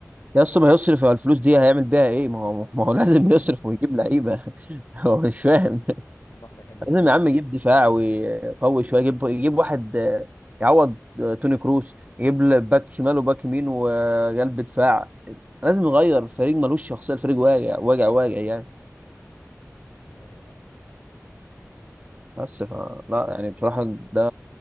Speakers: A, on the right (about 30°); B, on the left (about 70°).
A: يا اسطى ما يصرف على الفلوس دي هيعمل بيها ايه ما هو ما هو لازم
B: <laughs>
A: يصرف ويجيب لعيبه <laughs> هو مش فاهم
B: البحر يحب الزياده
A: لازم يا عم يجيب دفاع ويقوي شويه يجيب يجيب واحد آه، يعوض آه، توني كروس يجيب ل- باك شمال وباك يمين وقلب دفاع لازم يغير الفريق ملوش شخصيه الفريق واجع واجع واجع يعني
B: ايوه فعلا.
A: بس ف لا يعني بصراحه ده